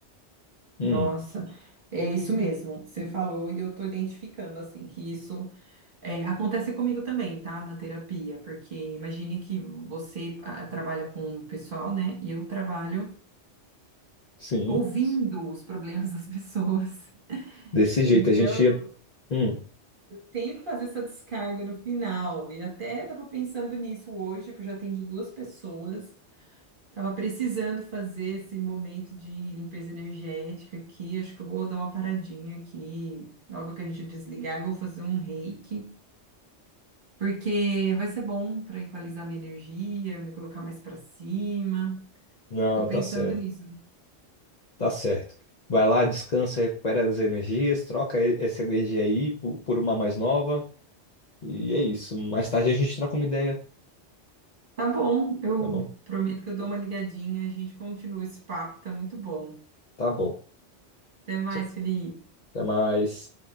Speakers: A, on the left; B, on the right.
A: Hum,
B: Nossa, é isso mesmo. Você falou e eu tô identificando, assim, que isso. É, acontece comigo também, tá? Na terapia, porque imagine que você ah, trabalha com o pessoal, né? E eu trabalho
A: sim.
B: ouvindo os problemas das <laughs> pessoas.
A: Desse jeito
B: Então,
A: a gente ia. Hum,
B: tenho que fazer essa descarga no final. E até estava pensando nisso hoje, que eu já atendi duas pessoas. Estava precisando fazer esse momento de limpeza energética aqui. Acho que eu vou dar uma paradinha aqui. Logo que a gente desligar, eu vou fazer um reiki. Porque vai ser bom para equalizar minha energia, me colocar mais para cima.
A: não,
B: Tô pensando
A: tá certo,
B: nisso.
A: tá certo. Vai lá, descansa, recupera as energias, troca e- essa energia aí por por uma mais nova. E é isso. Mais tarde a gente troca uma ideia,
B: Tá bom, eu
A: tá bom?
B: prometo que eu dou uma ligadinha, a gente continua esse papo, tá muito bom.
A: Tá bom.
B: Até mais,
A: Tchau.
B: Felipe.
A: Até mais.